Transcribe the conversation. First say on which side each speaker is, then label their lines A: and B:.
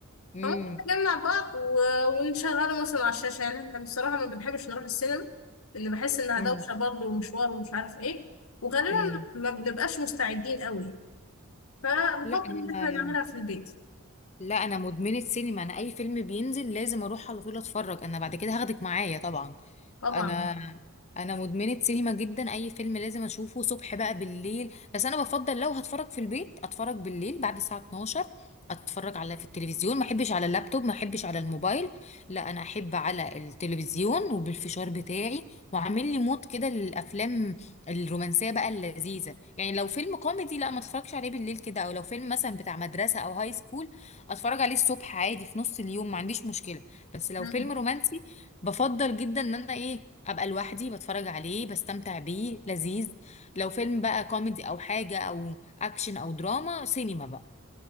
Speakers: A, on the left (about 30°); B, on the left (about 80°).
A: امم
B: فممكن نجمع بعض و- ونشغله مثلا على الشاشة يعني احنا بصراحة ما بنحبش نروح السينما لأن بحس إنها
A: امم
B: دوشة برضه ومشوار ومش عارف ايه وغالبا
A: امم
B: ما بنبقاش مستعدين قوي فبفضل
A: لا انا
B: إن احنا نعملها في البيت
A: لا انا مدمنه سينما انا اي فيلم بينزل لازم اروح على طول اتفرج انا بعد كده هاخدك معايا طبعا
B: طبعا
A: انا انا مدمنه سينما جدا اي فيلم لازم اشوفه صبح بقى بالليل بس انا بفضل لو هتفرج في البيت اتفرج بالليل بعد الساعه 12 اتفرج على في التلفزيون ما احبش على اللابتوب ما احبش على الموبايل لا انا احب على التلفزيون وبالفشار بتاعي وعامل لي مود كده للافلام الرومانسيه بقى اللذيذه يعني لو فيلم كوميدي لا ما اتفرجش عليه بالليل كده او لو فيلم مثلا بتاع مدرسه او هاي سكول اتفرج عليه الصبح عادي في نص اليوم ما عنديش مشكله بس لو
B: مم.
A: فيلم رومانسي بفضل جدا ان انا ايه ابقى لوحدي بتفرج عليه بستمتع بيه لذيذ لو فيلم بقى كوميدي او حاجه او اكشن او دراما سينما بقى